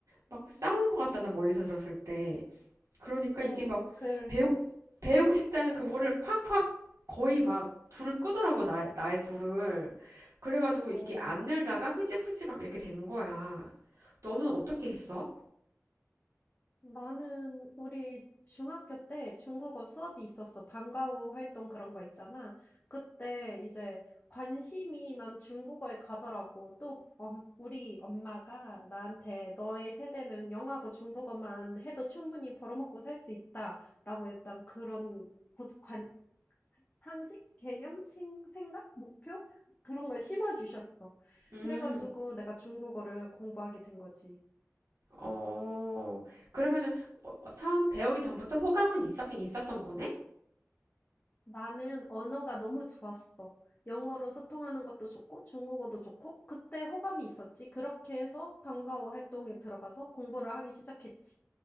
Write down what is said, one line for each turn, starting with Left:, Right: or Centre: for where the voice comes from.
Right: 막 싸우는 것 같잖아. 멀리서 들었을 때. 그러니까
Left: 어,
Right: 이게 막
Left: 그럴
Right: 배우,
Left: 수 있어.
Right: 배우고 싶다는 그거를 확확 거의 막 불을 끄더라고, 나의, 나의 불을. 그래가지고
Left: 어,
Right: 이게 안 늘다가 흐지부지 막 이렇게 된 거야. 너는 어떻게 했어?
Left: 나는 우리 중학교 때 중국어 수업이 있었어. 방과후 활동 그런 거 있잖아. 그때 이제 관심이 난 중국어에 가더라고. 또 엄- 우리 엄마가 나한테 너의 세대는 영어하고 중국어만 해도 충분히 벌어먹고 살 수 있다라고 일단 그런 고- 관, 상식, 개념, 신- 생각, 목표 그런 걸 심어주셨어.
Right: 음,
Left: 그래가지고 내가 중국어를 공부하게 된 거지.
Right: 어,
Left: 음.
Right: 그러면은 어, 어, 처음 배우기 전부터 호감은 있었긴 있었던 거네?
Left: 나는 언어가 너무 좋았어. 영어로 소통하는 것도 좋고 중국어도 좋고 그때 호감이 있었지. 그렇게 해서 방과후 활동에 들어가서 공부를 하기 시작했지.